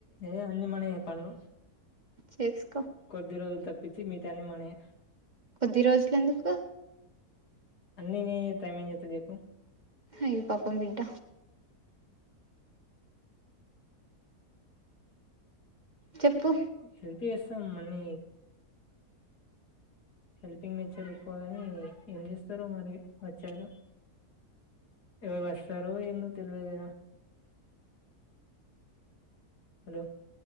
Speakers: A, on the left; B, on the right.
A: ఏ అన్నిీ మనయే పనులు
B: చెక్స్కో
A: కొద్ది రోజులు తప్పించి మీగతయ్యన్ని మనయే
B: కొద్ది రోజులు ఎందుకు
A: అన్ని నినే చేత్తె ఆమె ఎం చేత్తది చెప్పు
B: అయ్యే పాపం బిడ్డ చెప్పు
A: హెల్ప్ చేస్తాం మన్నీ హెల్పింగ్ నేచర్ ఎక్కువగాని ఏం చేస్తారు మరి వచ్చాక ఇవ వస్తారో ఏందో తెలివది హలో